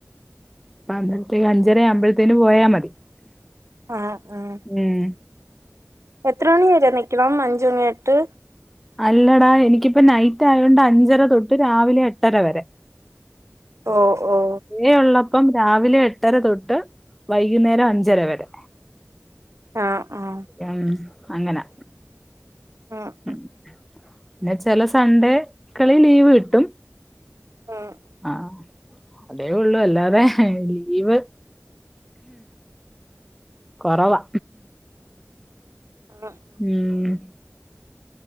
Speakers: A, in the centre; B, on the right.
A: പ അന്നേരത്തേക്ക് അഞ്ചര ആവുമ്പഴത്തേന് പോയാ മതി
B: ആഹ് ആഹ്
A: ഉം
B: എത്ര മണി വരെ നിൽക്കണം അഞ്ച് മണി തൊട്ട്
A: അല്ലടാ എനിക്കിപ്പ നൈറ്റ് ആയതോണ്ട് അഞ്ചര തൊട്ട് രാവിലെ എട്ടര വരെ
B: ഓ ഓ
A: ഡേ ഉള്ളപ്പം രാവിലെ എട്ടര തൊട്ട് വൈകുന്നേരം അഞ്ചര വരെ
B: ആഹ് ആഹ്
A: ഉം അങ്ങനെ
B: ആഹ്
A: ഉ പിന്നെ ചില സൺഡേക്കളിൽ ലീവ് കിട്ടും
B: ആഹ്
A: ആഹ് അതേ ഉള്ളു അല്ലാതെ ലീവ് കുറവാ
B: ആഹ്
A: ഉം